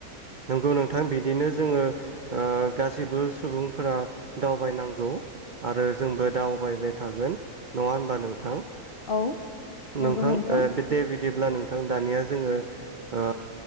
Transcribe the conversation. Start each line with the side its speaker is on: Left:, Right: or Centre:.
Right: नंगौ नोंथां बिदिनो जोङो ओ गासिबो सुबुंफोरा दावबायनांगौ। आरो जोंबो दावबायबाय थागोन नङा होनबा नोंथां।
Left: औ
Right: नोंखां
Left: नंगौ नोंथां
Right: ओ बे दे बिदिब्ला नों नोंथां दानिया जोङो ओ